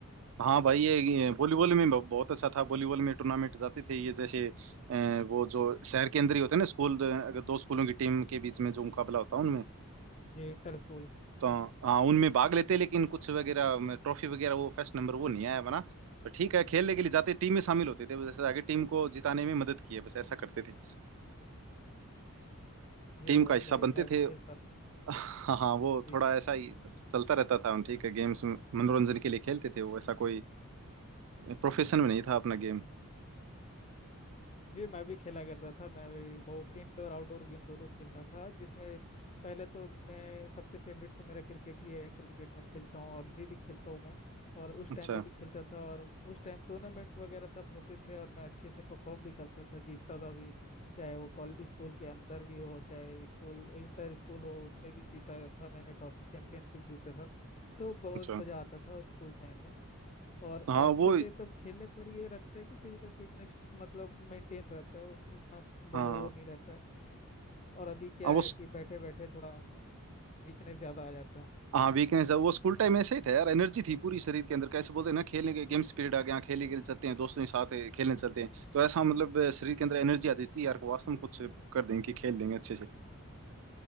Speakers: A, on the right; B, on the left.
A: हाँ भाई ये ये वॉलीबॉल में ब- बहुत अच्छा था वॉलीबॉल में टूर्नामेंट जाते थे ये जैसे अ, वो जो शहर के अंदर ही होते हैं ना स्कूल अगर दो स्कूलों की टीम के बीच में जो मुकाबला होता है उनमें
B: जी इंटर स्कूल
A: तो
B: हम्म हम्म।
A: हाँ उनमें भाग लेते लेकिन कुछ वगैरह ट्रॉफी वगैरह वो फर्स्ट नंबर वो नहीं आया हमारा पर ठीक है खेलने के लिए जाते टीम में शामिल होते थे जैसे आगे टीम को जिताने में मदद की है बस ऐसा करते थे
B: जी
A: टीम
B: बहुत
A: का हिस्सा
B: बढ़िया
A: बनते
B: मैं भी
A: थे
B: खेलता
A: <laughs>
B: था
A: हाँ हाँ वो
B: जी
A: थोड़ा ऐसा ही चलता रहता था ठीक है गेम्स मनोरंजन के लिए खेलते थे वो ऐसा कोई प्रोफेशन में नहीं था अपना
B: जी
A: गेम
B: जी मैं भी खेला करता था मैं भी बहुत इंडोर आउटडोर गेम दोनों खेलता था जिसमें पहले तो मैं सबसे फेवरेट तो मेरा क्रिकेट ही है क्रिकेट मैं खेलता हूँ अभी भी खेलता हूँ मैं और उस
A: अच्छा
B: टाइम पे भी खेलता था और उस टाइम टूर्नामेंट वगैरह सब होते थे और मैं अच्छे से परफॉर्म भी करता था जीतता था भी चाहे वो कॉल स्कूल के अंदर भी हो चाहे स्कूल इंटर स्कूल हो उसमें भी जीता था मैंने ट्रॉफी चैंपियनशिप जीता था तो बहुत
A: अच्छा
B: मजा आता था स्कूल टाइम में और
A: हाँ
B: अच्छे
A: वो
B: से एकदम खेलने पर ये रहता है कि फिजिकल फिटनेस मतलब मेंटेन रहता है उसको अपना बो-
A: हाँ
B: वो नहीं रहता है और अभी क्या
A: हाँ वो
B: है कि बैठे बैठे थोड़ा वीकनेस ज़्यादा आ जाता है
A: हाँ वीकनेस है वो स्कूल टाइम ऐसे ही था यार एनर्जी थी पूरी शरीर के अंदर कैसे बोलते हैं ना खेलने के गेम्स पीरियड आ गया हाँ, खेलने खेल सकते हैं दोस्तों के साथ है, खेलने चलते हैं तो ऐसा मतलब अ, शरीर के अंदर एनर्जी आती थी यार को वास्तव में कुछ कर देंगे कि खेल देंगे अच्छे से